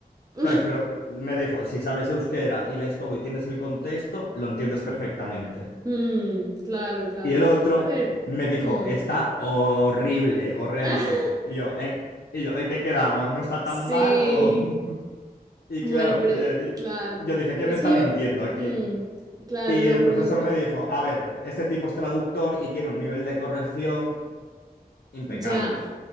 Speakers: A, on the right; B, on the left.
A: <laughs>
B: ¿Sabes? Pero me dijo, si sabes euskera y lees todo y tienes el contexto, lo entiendes perfectamente.
A: Mm, claro, claro.
B: Y el otro
A: A ver.
B: me dijo,
A: mm.
B: está horrible, horrendo.
A: <laughs>
B: Y yo, ¿en, y yo, ¿en qué quedamos? ¿No está
A: Sí.
B: tan mal o...? <laughs> Y
A: Bueno,
B: claro,
A: pero
B: le
A: eh,
B: di-
A: claro.
B: yo dije, ¿quién
A: Es
B: me está
A: que
B: mintiendo
A: yo.
B: aquí?
A: mm, Claro,
B: Y
A: no,
B: el profesor
A: pero yo creo.
B: me dijo, a ver, este tipo es traductor y tiene un nivel de corrección impecable.
A: Ya,